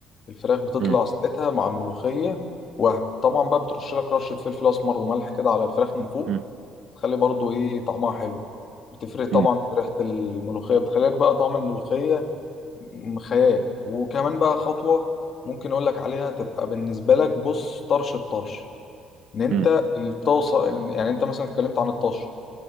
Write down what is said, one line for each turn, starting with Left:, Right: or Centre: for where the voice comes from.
Left: الفراخ بتطلع
Right: امم
Left: ساعتها مع الملوخية وهم طبعا بقى بترش لك رشة فلفل أسمر وملح كده على الفراخ من فوق
Right: امم
Left: تخلي برضو إيه طعمها حلو بتفرق طبعا
Right: امم
Left: في ريحة الملوخية بتخلي لك بقى طعم الملوخية م- خيال وكمان بقى خطوة ممكن أقول لك عليها تبقى بالنسبة لك بص طرش الطرش إن أنت
Right: امم
Left: الطاسة يعني أنت مثلا اتكلمت عن الطش